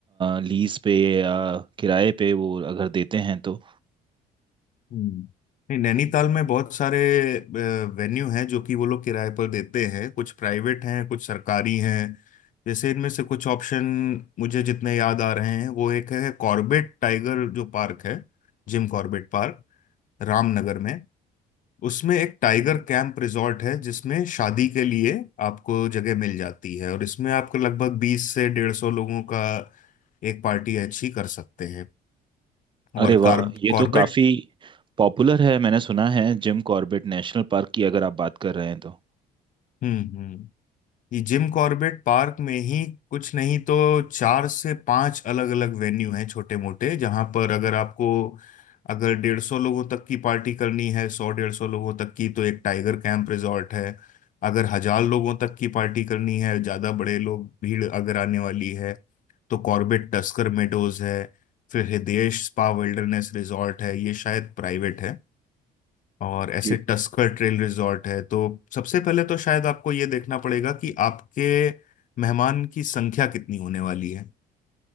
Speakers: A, on the right; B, on the left.
A: लीज पे या किराए पे वो अगर देते हैं तो
B: हम्म नहीं नैनीताल में बहुत सारे वेन्यू हैं जो कि वो लोग किराए पर देते हैं कुछ प्राइवेट हैं कुछ सरकारी हैं जैसे इनमें से कुछ ऑप्शन मुझे जितने याद आ रहे हैं वो एक है कॉर्बेट टाइगर जो पार्क है जिम कॉर्बेट पार्क रामनगर में उसमें एक टाइगर कैंप रिजॉर्ट है जिसमें शादी के लिए आपको जगह मिल जाती है और इसमें आपको लगभग बीस से डेढ़ सौ लोगों का एक पार्टी अच्छी कर सकते हैं और
A: अरे वाह
B: कार
A: ये
B: कॉर्बेट
A: तो काफ़ी पॉपुलर है मैंने सुना है जिम कॉर्बेट नेशनल पार्क की अगर आप बात कर रहे हैं तो
B: Hmm hmm ये जिम कॉर्बेट पार्क में ही कुछ नहीं तो चार से पांच अलग अलग वेन्यू हैं छोटे मोटे जहां पर अगर आपको अगर डेढ़ सौ लोगों तक की पार्टी करनी है सौ डेढ़ सौ लोगों तक की तो एक टाइगर कैंप रिजॉर्ट है अगर हजार लोगों तक की पार्टी करनी है ज्यादा बड़े लोग भीड़ अगर आने वाली है तो कॉर्बेट टस्कर मेडोज है फिर हृदयेश स्पा विल्डरनेस रिजॉर्ट है ये शायद प्राइवेट है और ऐसे
A: जी
B: टस्कर ट्रेल रिजॉर्ट है तो सबसे पहले तो शायद आपको ये देखना पड़ेगा कि आपके मेहमान की संख्या कितनी होने वाली है